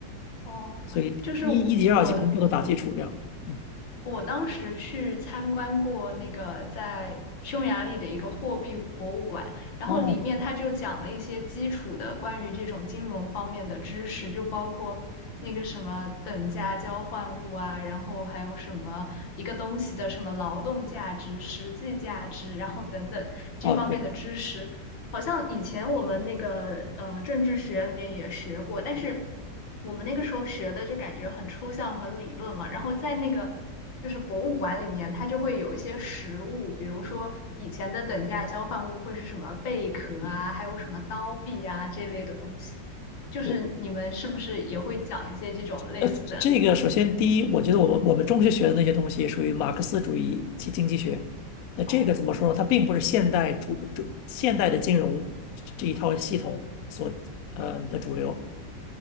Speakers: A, on the left; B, on the left.
A: 哦，
B: 所以一一级、
A: 就是我
B: 二级更多的打基础这样。嗯，
A: 我当时去参观过那个在匈牙利的一个货币博物馆，然后里面他就讲了一些基础的关于这种金融方面的知识，
B: 哦
A: 就包括那个什么等价交换物啊，然后还有什么一个东西的什么劳动价值、实际价值，然后等等这方面的知识，
B: 哦，对，
A: 好像以前我们那个呃政治学里面也学过，但是。我们那个时候学的就感觉很抽象、很理论嘛。然后在那个就是博物馆里面，它就会有一些实物，比如说以前的等价交换物会是什么贝壳啊，
B: 嗯
A: 还有什么刀币啊这类的东西。就是你们是不是也会讲一些这种类似的？
B: 对，呃，这个首先第一，我觉得我们我们中学学的那些东西属于马克思主义及经济学，那这个怎么说呢？
A: 哦
B: 它并不是现代主主现代的金融这这一套系统所嗯的主流，